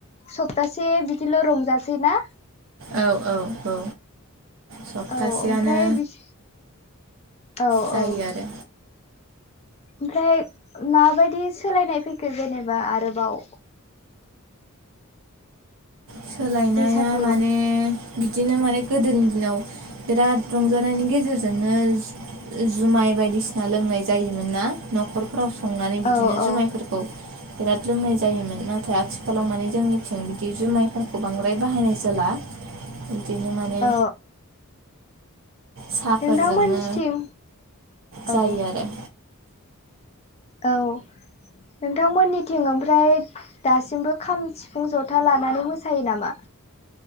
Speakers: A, on the left; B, on the right.
A: सप्तासे बिदिल' रंजासै ना?
B: औ औ औ सप्तासेयानो
A: औ ओमफ्राय बिस औ
B: जायो
A: औ
B: आरो
A: ओमफ्राय माबायदि सोलायनाय फैखो जेनेबा आरोबाव
B: सोलायनाया
A: बैसागु
B: माने
A: रं
B: बिदिनो माने गोदोनि दिनाव बिराद रंजानायनि गेजेरजोंनो जो जुमाय बायदिसिना लोंनाय जायोमोन ना? न'खरफोराव संनानै बिदिनो
A: औ औ
B: जुमायफोरखौ बिराद लोंनाय जायोमोन नाथाय आथि खालाव माने जोंनिथिं बिदि जुमायफोरखौ बांद्राय बाहायनाय जाला। बिदिनो माने
A: औ
B: साहाफोरजोंनो
A: नोंथांमोननिथिं
B: जायो
A: औ
B: आरो
A: औ नोंथांमोननिथिं ओमफ्राय दासिमबो खाम सिफुं जथा लानानै मोसायो नामा?